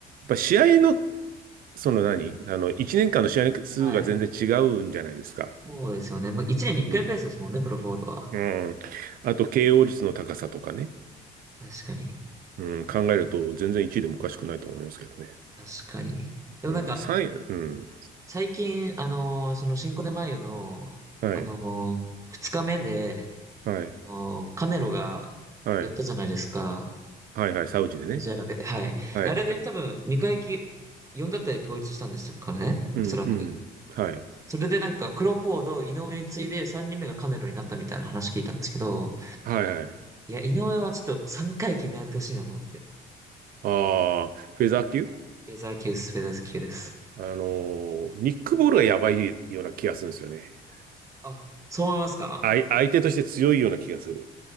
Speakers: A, on the right; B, on the right.
A: ぱ試合の、その何あの、1年間の試合の数が全然違うんじゃないですか。
B: はい。そうですよね。まあ、一年に一回ペースですもんね、
A: うん。
B: クロフォードは。
A: うん。あと、KO 率の高さとかね。
B: 確かに。
A: うん、考えると全然1位でもおかしくないと思いますけどね。
B: 確かに。でもなんか、
A: うん、3うん、
B: 最近、あのーその新コでマイヨの、
A: はい、
B: あのー二日目で、
A: はい、
B: あのーカネロがやったじゃないですか。
A: はい、はい、はい、サウジでね。
B: モジェラベで。はい。
A: はい、
B: で、あれで多分、二回き、4だったり統一したんですかね。
A: うん、
B: おそらく。
A: うん、はい、
B: それでなんか、クロフォード、井上に次いで三人目がカネロになったみたいな話聞いたんですけど、
A: はい、はい。
B: いや、井上はちょっと三回級狙ってほしいなと思って。
A: ああ、フェザー級
B: レーザー級、スペーダーズ級です。
A: あのーニックボールがやばいような気がするんですよね。
B: あ、そう思いますか
A: あい、相手として強いような気がする。